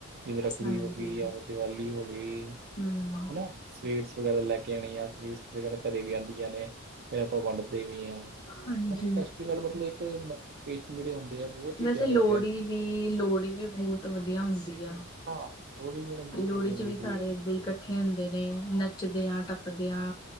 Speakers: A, on the right (about 45°); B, on the left (about 20°).
A: ਜਿਵੇਂ ਰੱਖੜੀ
B: ਹਾਂਜੀ
A: ਹੋ ਗਈ ਆ ਦੀਵਾਲੀ ਹੋ ਗਈ।
B: ਹਮ
A: ਹੈਨਾ ਸਵੀਟਸ ਵਗੈਰਾ ਲੈ ਕੇ ਆਉਣੀ ਆ, ਸਵੀਟਸ ਵਗੈਰਾ ਘਰੇ ਵੀ ਆਉਂਦੀਆਂ ਨੇ, ਫਿਰ ਆਪਾਂ ਵੰਡਦੇ ਵੀ ਹਾਂ।
B: ਹਾਂਜੀ
A: ਹੈਨਾ ਫੈਸਟੀਵਲ ਮਤਲਬ ਇੱਕੇ ਜਿਹੜੇ ਹੁੰਦੇ ਆ, ਬਹੁਤ ਹੀ
B: ਵੈਸੇ
A: ਪਿਆਰੇ
B: ਲੋਹੜੀ
A: ਹੁੰਦੇ ਆ।
B: ਵੀ ਲੋਹੜੀ ਵੀ ਬਹੁਤ ਵਧੀਆ ਹੁੰਦੀ ਸੀ। ਵਧੀਆ,
A: ਹਾਂ ਲੋਹੜੀ ਮੈਡਮ ਬਹੁਤ
B: ਲੋਹੜੀ
A: ਵਧੀਆ ਹੁੰਦੀ
B: ਚ ਵੀ
A: ਸਹੀ
B: ਸਾਰੇ
A: ਗੱਲ
B: ਏਦਾਂ ਹੀ ਇਕੱਠੇ ਇਕੱਠੇ ਹੁੰਦੇ ਨੇ, ਨੱਚਦੇ ਆਂ, ਟੱਪਦੇ ਆਂ